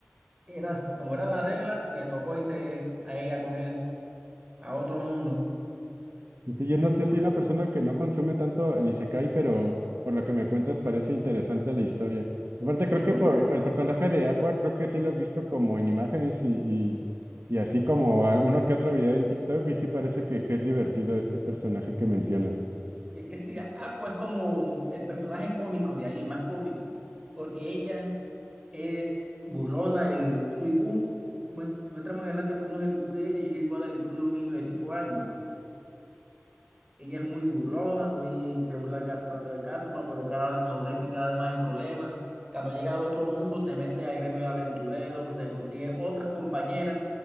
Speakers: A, on the right; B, on the right.
A: era, como era la regla, le tocó irse a ella con él, a otro mundo.
B: Y sí, yo, no,
A: Y,
B: yo
A: y
B: soy
A: bueno,
B: una persona que no consume tanto el Isekai, pero por lo que me cuentas parece interesante la historia. Aparte, creo
A: y es
B: que
A: muy
B: por,
A: interesante.
B: por el personaje de Aqua, creo que sí lo he visto como en imágenes y, y, y así como a- uno que otro video en TikTok, y sí parece que, que es divertido este personaje que mencionas.
A: Es que sí, Aqua es como el personaje cómico de ahí, más cómico, porque ella es burlona, el, su IQ, mue- muestra más adelante cómo es el IQ de ella y es igual al IQ de un niño de 5 años. Ella es muy burlona, muy, se burla cada rato de Kazuma, pero cada, lo meten cada vez más en problemas. Cuando llega al otro mundo, se mete al gremio de aventureros, se consigue otras compañeras